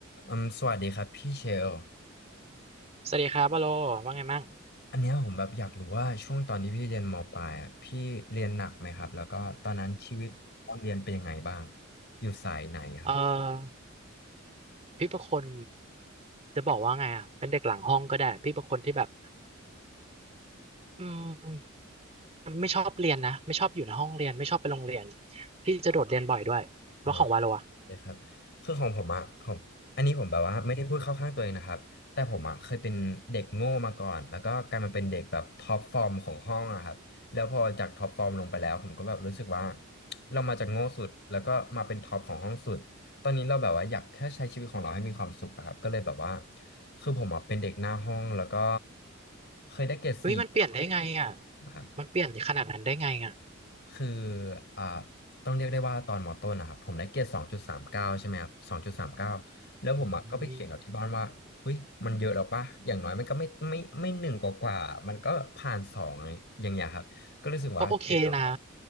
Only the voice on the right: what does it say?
สวัสดีครับวาโลว่าไงมั่ง
เออพี่เป็นคนจะบอกว่าไงอ่ะเป็นเด็กหลังห้องก็ได้พี่เป็นคนที่แบบอืมไม่ชอบเรียนนะไม่ชอบอยู่ในห้องเรียนไม่ชอบไปโรงเรียนพี่จะโดดเรียนบ่อยด้วยแล้วของวาโลอ่ะ
เฮ้ยมันเปลี่ยนได้ไงอ่ะ
มันเปลี่ยนขนาดนั้นได้ไงอ่ะ
อืมก็โอเคนะ